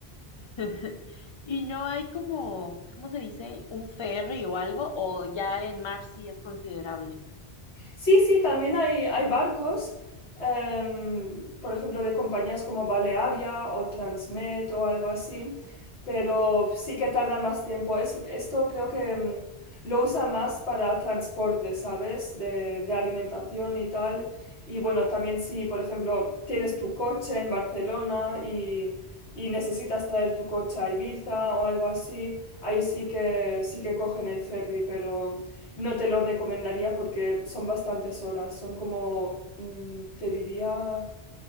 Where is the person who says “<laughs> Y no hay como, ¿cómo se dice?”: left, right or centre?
Left